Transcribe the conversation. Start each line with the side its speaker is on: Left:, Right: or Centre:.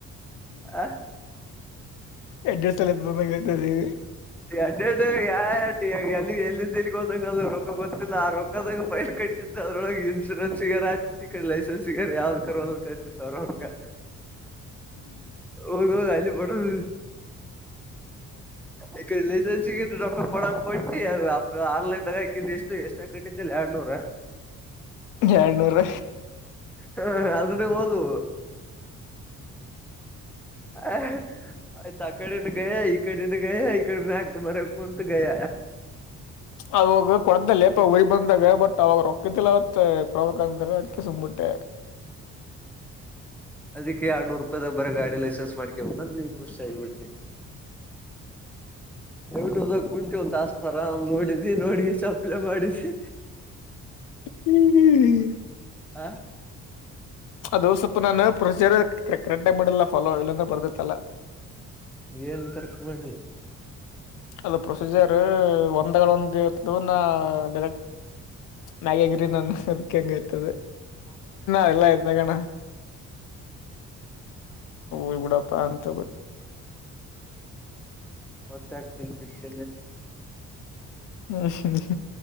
Centre: ಹ
Left: ಎಡ್ಡು ಸಲ ಬಂದಾಗತದೆ
Centre: ಎಡೆ ಎಡು ಯಾರಾರಡು ಎಲ್ಲಿ ಎಲ್ಲಿಂದ ಎಲ್ಲಿಗೆೋದಂಗ ಅದು ರೊಕ್ಕ ಗೊ್ತಿಿಲ್ಲ ಆ ರೊಕ್ಕದಾಗ ಫೈಲ್ ಕಟ್ಟಿದ್ದ ಅದ್ರೊಳಗೆ ಇನ್ಸೂರೆನ್ಸ್ಗ ಕಡೆ ಲೈಸೆನ್ಸ್ಗಾರ ಯಾವ್ದ್ ಕರ್ೋದ ಕತಿತ್ತು ಅವ್ರ ಅ ಹೋಗೋಗ ಅಲ್ಲಿ ಪಡೋದ ಈ ರಕ ಪಡ ಪಡ್ತ ಅ ಆನ್ಲೈನ್ ಗಾಕಿದ ಎಷ್ಟು ಎಷ್ಟ ಕಟ್ಟಿದ್ದಲ್ಲಿ ಎರಡ್ನೂರ
Left: ಎರಡ್ನೂರ
Centre: ಹ ಅದನ ಬೋದು ಹ ಆಯ್ತ ಕಡೆನು ಗಯ ಈ ಕಡೆನು ಗಯ ಈ ಕಡೆ ಮ್ಯಾ ಮರ ಕುಂತ ಗಯ
Left: ಅವಾಗ ಕೊಡ್ದಲ್ಲೇಪ ಉರಿ ಬಂದಾಗ ಬಟ್ ಅವಾಗ ರೊಕ್ಕದಿಲ್ಲ ಮ ಕೊಡ ಹಂದ್ರ ಅದ್ಕ್ಕೆ ಸುಂಬುಟ್ಟೆ
Centre: ಅದಕ್ಕೆ ಆರ್ನೂರು ರೂಪಾಯಿದ ಬರ ಗಾಡಿ ಲೈಸೆನ್ಸ್ ಮಾಡ್ಕೇ ಹಂದ್ರೆ ಈ ಖುಷಿ ಆಗಿಬಿಟ್ಟು ಎಟುದ ಕುಂಚ ಒಂತ ಆರಾಮ್ ನೋಡಿದಿ ನೋಡಿ ಚಾಪಲ ಮಾಡಿಸಿ
Left: ಹ್ಮ್
Centre: ಹ
Left: ಅದು ಸತ್ತು ನಾನು ಪ್ರೊಸೀಜರ್ ಕರೆಕ್ ಟೈಮ್ ಮಾಡಲ್ಲ ಫಾಲೋ ಇಲ್ಲಾಂದ್ರೆ ಬರ್ದೈತ್ತಲ್ಲಾ
Centre: ಏನ್ ಕರೆಕ್ಟ್ ಮಾಡಣ
Left: ಅಲ್ಲ ಪ್ರೊಸೀಜರ್ ಒಂದಗಳ ಒಂದ್ ಇರ್ತದ ಡ ಮ್ಯ್ರೀ ಹತದೆ ಆೇಲೆ ನಡ ಎ ಣಬಡ ಪ ಅಂತ
Centre: ಮತ್ತತ್ತ ಕ್ಷ
Left: ಹ್ಮ್ಮ